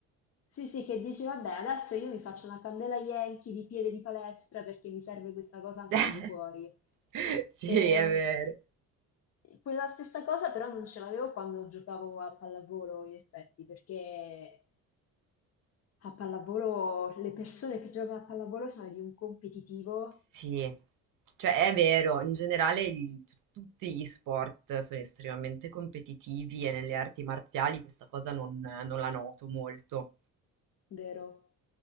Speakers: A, on the left; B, on the right.
A: Sì, sì, che dici, vabbè, adesso io mi faccio una candela Yankee di piede di palestra perché mi serve questa cosa anche
B: <laughs>
A: al di fuori.
B: Sì,
A: E
B: è vero.
A: quella stessa cosa però non ce l'avevo quando giocavo a pallavolo, in effetti, perché A pallavolo, le persone che giocano a pallavolo sono di un competitivo
B: Sì, cioè è vero, in generale il- tutti gli sport sono estremamente competitivi e nelle arti marziali questa cosa non, non la noto molto.
A: vero.